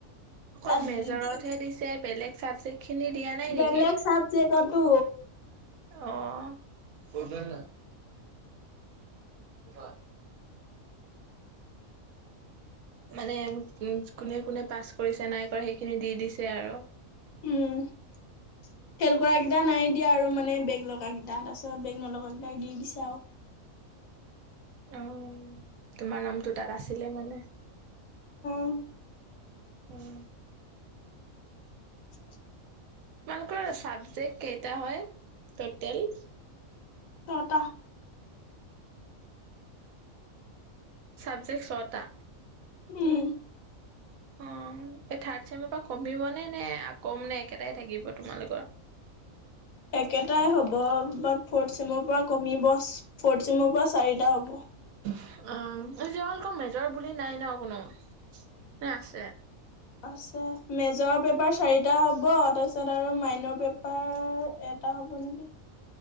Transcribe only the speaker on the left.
তাত
দি
বেলেগ চাবজেক্টতো
উম ফেল কৰাৰাকেইটা নাই দিয়া আৰু মানে বেগ লগ কেইটা, তাৰিছত বেগ নলগ কেইটাই দি দিছো আৰু।
উ।
<unintelligible>
ছটা।
উম।
একেটাই হ'ব বাট ফৰ্থ চিমৰ পৰা কমিব ফৰ্থ চিমৰ পৰা চাৰিটা হ'ব।
আছে। মেজৰ পেপাৰ চাৰি এটা হ'ব। তাৰপিছত আৰু মাইনৰ পেপাৰ এটা হ'ব নেকি?